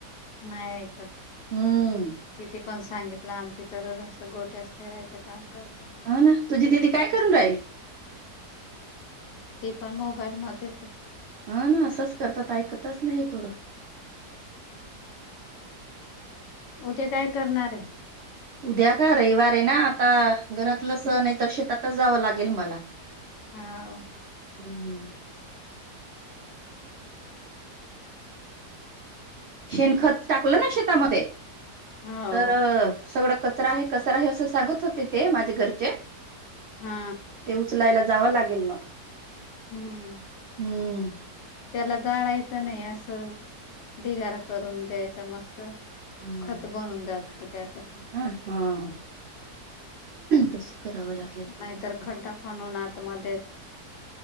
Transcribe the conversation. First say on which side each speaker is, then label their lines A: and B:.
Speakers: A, on the left; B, on the right.
A: नाही ऐकत.
B: हम्म.
A: किती पण सांगितलं आमची तर अस गोट्याच खेळायचं काम करते.
B: हा ना तुझी दिदी काय करून राहीली?
A: ते पण मोबाईलमध्ये आहे.
B: हा ना असंच करतात ऐकतच नाही ही पोरं
A: उद्या काय करणार आहे?
B: उद्या का रविवार आहे ना आता घरातलं सण आहे तर शेतातच जावं लागेल मला.
A: हा.
B: हम्म. शेणखत टाकलं ना शेतामध्ये
A: हो
B: तर सगळं कचरा आहे कचरा आहे असं सांगत होते ते माझे घरचे.
A: हा.
B: ते उचलायला जावं लागेल मग
A: हम्म.
B: हम्म.
A: त्याला जाळायचं नाही असं ढिगारा करून द्यायचा मस्त
B: हम्म.
A: खत बनून जात का त्याच पण.
B: हा. हा. तस करावं लागेल.
A: नाही तर खड्डा खणून आत मध्ये